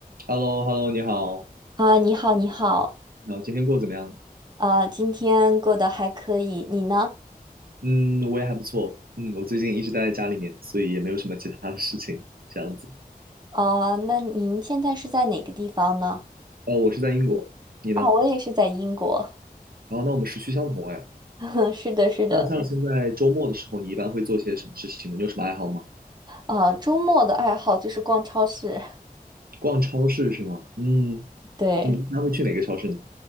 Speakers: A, on the right (about 70°); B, on the right (about 25°).
A: h e l l o h e l l o 你好，
B: 啊，你好，你好，
A: 那我今天过得怎么样？
B: 呃，今天过得还可以，你呢？
A: 嗯，我也还不错。嗯，我最近一直待在家里面，所以也没有什么其他的事情，这样子。
B: 啊，那您现在是在哪个地方呢？
A: 呃，我是在英国，你呢？
B: 啊，我也是在英国，
A: 然后，那我们时区相同哎。
B: <laughs> 是的，是的，
A: 那像现在周末的时候，你一般会做些什么事情呢？你有什么爱好吗？
B: 啊，周末的爱好就是逛超市，
A: 逛超市是吗？嗯，
B: <laughs> 对，
A: 你一般会去哪个超市呢？